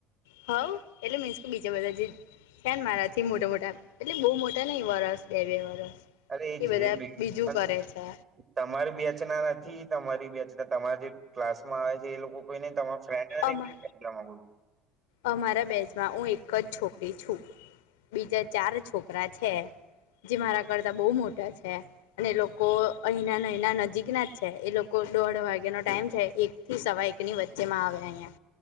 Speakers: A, on the left; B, on the right.
A: હવ એટલે મીન્સ બીજા બધા જ. કન મારા થી મોટા મોટા એટલે બહુ મોટા નને વરસ બે બે વરસ.
B: અરે એ જે
A: બધા
B: બી
A: બીજું
B: પણ
A: કરે છે
B: તમારી બેચના નથી તમારી બેચ. એ તમારે જે ક્લાસ માં આવે છે એ લોકો કોઈ નહી તમા ફ્રેન્ડ
A: અમા
B: એલા.
A: અમારા બેજમાં હું એક જ છોકરી છું. બીજા ચાર છોકરા છે. જે મારા કરતા બહુ મોટા છે અને એ લોકો અહીંના અહીના નજીક ના જ છે એ લોકો. દોઢ વાગ્યાનોો ટાઈમ છે એક થી સવા એકની વચ્ચે માં આવે અહં.